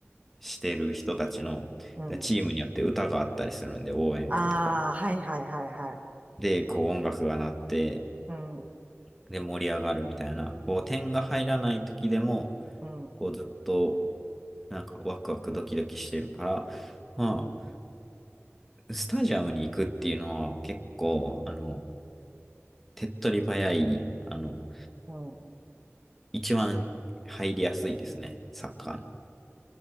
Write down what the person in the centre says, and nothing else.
してる人たちの、
でチームによって歌があったりするんで、応援歌とか。
で、こう、音楽が鳴って、
で、盛り上がるみたいな、こう、点が入らない時でも、
こう、ずっと、なんか、ワクワクドキドキしてるから、まあ、
スタジアムに行くっていうのは結構、あの、手っ取り早い、あの、
一番入りやすいですね、サッカーに。